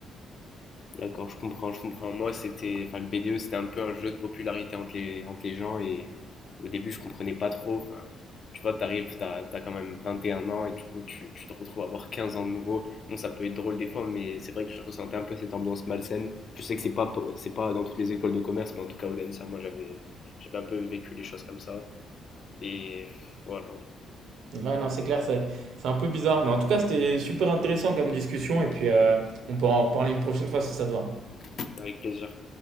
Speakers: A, on the left (about 50°); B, on the right (about 80°).
A: D'accord, je comprends, je comprends. Moi, c'était, enfin, le BDE, c'était un peu un jeu de popularité entre les, entre les gens et au début, je comprenais pas trop. Enfin, tu vois, t'arrives, t'as, t'as quand même 21 ans et du coup, tu, tu te retrouves à avoir 15 ans de nouveau. Bon, ça peut être drôle des fois, mais c'est vrai que je ressentais un peu cette ambiance malsaine. Je sais que c'est pas, po- c'est pas dans toutes les écoles de commerce, mais en tout cas, au Densa, moi, j'avais, j'avais un peu vécu les choses comme ça. Et voilà,
B: Ouais, non, c'est clair, c'est c'est un peu bizarre. Mais en tout cas, c'était super intéressant comme discussion. Et puis, euh, on peut en reparler une prochaine fois si ça te va.
A: avec plaisir.